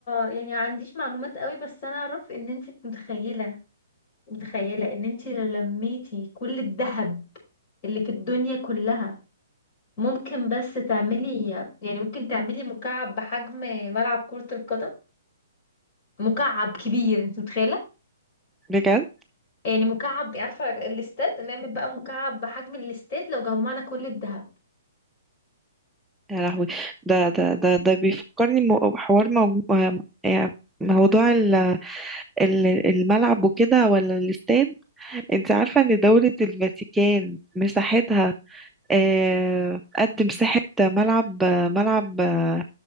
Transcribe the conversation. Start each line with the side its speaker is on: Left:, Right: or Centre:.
Left: يعني ما عنديش معلومات قوي بس انا اعرف ان انت متخيلة متخيلة ان انت لو لميتي كل الذهب اللي في الدنيا كلها ممكن بس تعملي يعني ممكن تعملي مكعب بحجم ملعب كرة القدم مكعب كبير انت متخيلة
Centre: بجد
Left: يعني مكعب عارفة الاستاد نعمل بقى مكعب بحجم الاستاد لو جمعنا كل الذهب
Centre: يا لهوي ده ده ده ده بيفكرني م- بحوار موجو... آه، يعني موضوع ال- ال- الملعب وكده ولا الاستاد انت عارفة ان دولة الفاتيكان مساحتها آه، قد مساحة ملعب آه، ملعب آه،